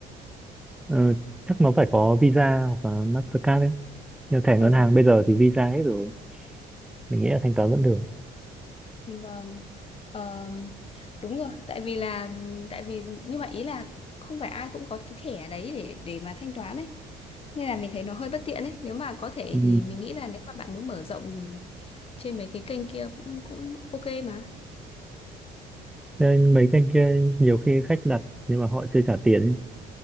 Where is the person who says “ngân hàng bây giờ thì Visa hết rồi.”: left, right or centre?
Centre